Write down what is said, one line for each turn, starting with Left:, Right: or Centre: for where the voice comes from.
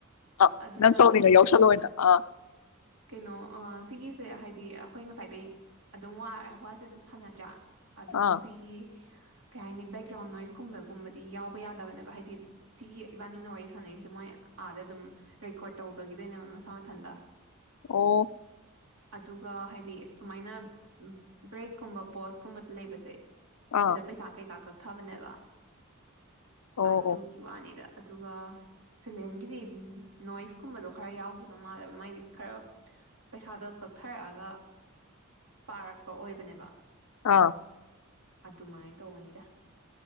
Left: ꯑꯥ
Right: ꯑꯗꯨꯗꯣ
Left: ꯅꯪ ꯇꯧꯅꯤꯡꯉ ꯌꯥꯎꯁꯜꯂꯣꯅ ꯑꯥ
Right: ꯀꯩꯅꯣ ꯑ ꯁꯤꯒꯤꯁꯦ ꯍꯥꯏꯗꯤ ꯑꯩꯈꯣꯏ ꯉꯁꯥꯏꯗꯩ ꯑꯗꯨꯝ ꯋꯥ ꯋꯥꯁꯦ ꯑꯗꯨꯝ ꯁꯥꯅꯗ꯭ꯔꯥ ꯑꯗꯨ
Left: ꯑꯥ
Right: ꯁꯤꯒꯤ ꯀꯩ ꯍꯥꯏꯅꯤ ꯕꯦꯛꯒꯔꯥ꯭ꯎꯟꯗ ꯅꯣꯏꯁ ꯀꯨꯝꯕ ꯀꯨꯝꯕꯗꯤ ꯌꯥꯎꯕ ꯌꯥꯗꯕꯅꯦꯕ ꯍꯥꯏꯗꯤ ꯁꯤꯒꯤ ꯏꯕꯥꯏꯅꯤꯅ ꯋꯥꯔꯤ ꯁꯥꯅꯩꯁꯦ ꯃꯣꯏ ꯑꯥꯗ ꯑꯗꯨꯝ ꯔꯦꯀꯣ꯭ꯔꯗ ꯇꯧꯖꯈꯤꯗꯣꯏꯅꯦꯕ ꯃꯁꯥ ꯃꯊꯟꯗ
Left: ꯑꯣ
Right: ꯑꯗꯨꯒ ꯍꯥꯏꯗꯤ ꯁꯨꯃꯥꯏꯅ ꯕ꯭ꯔꯦꯛ ꯀꯨꯝꯕ ꯄꯧꯁ ꯀꯨꯝꯕ ꯂꯩꯕꯁꯦ
Left: ꯑꯥ
Right: ꯁꯤꯗ ꯄꯩꯁꯥ ꯀꯩꯀꯥ ꯀꯛ ꯊꯕꯅꯦꯕ
Left: ꯑꯣ
Right: ꯑꯗꯨꯒꯤ
Left: ꯑꯣ
Right: ꯋꯥꯅꯤꯗ ꯑꯗꯨꯒ ꯁꯤꯂꯦꯟꯒꯤꯗꯤ ꯅꯣꯏꯁ ꯀꯨꯝꯕꯗꯨ ꯈꯔ ꯌꯥꯎꯈꯤꯕ ꯃꯥꯜꯂꯦ ꯃꯥꯏꯗꯤ ꯈꯔ ꯄꯩꯁꯥꯗꯨ ꯀꯛꯊꯥꯔꯛꯑꯒ ꯇꯥꯔꯛꯄ ꯑꯣꯢꯕꯅꯦꯕ
Left: ꯑ
Right: ꯑꯗꯨꯝꯃꯥꯏ ꯇꯧꯕꯅꯤꯗ